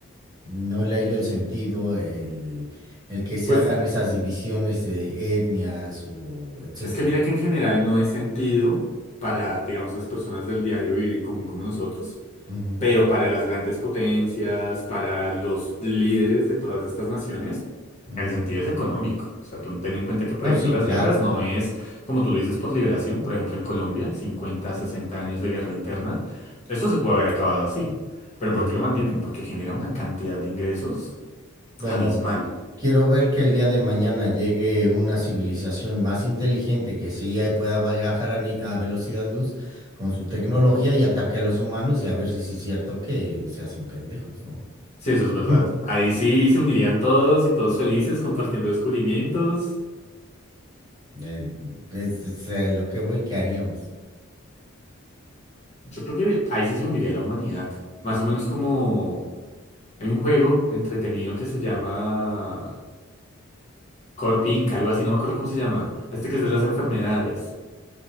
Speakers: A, on the right; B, on the left.
A: no le hallo el sentido, el, el que se
B: pues
A: hagan esas divisiones de etnias o etcétera.
B: es que mira que en general no es sentido para, digamos, las personas del diario vivir en común como nosotros.
A: Ujú,
B: pero para las grandes potencias, para los líderes de todas estas naciones,
A: ujú.
B: el sentido es económico. O sea, tú ten en cuenta que, por
A: No,
B: ejemplo,
A: sí,
B: las
A: claro.
B: guerras no es, como tú lo dices, por liberación. Por ejemplo, en Colombia, 50, 60 años de guerra interna. Esto se puede haber acabado así. Pero
A: ujú.
B: ¿por qué lo mantienen? Porque genera una cantidad de ingresos
A: Bueno,
B: abismal.
A: quiero ver que el día de mañana llegue una civilización más inteligente que sí ahí pueda viajar a, ni- a velocidad luz con su tecnología y ataque a los humanos y a ver si sí es cierto que se hacen pendejos, ¿no?
B: Sí, eso es verdad.
A: <laughs>
B: Ahí sí se unirían todos y todos felices compartiendo descubrimientos.
A: Eh, es, es, eh, lo que voy, ¿qué haríamos?
B: Yo creo que ahí sí se uniría la humanidad. Más o menos como Hay un juego entretenido que se llama Corp Inc, algo así, no me acuerdo cómo se llama. Este que es de las enfermedades.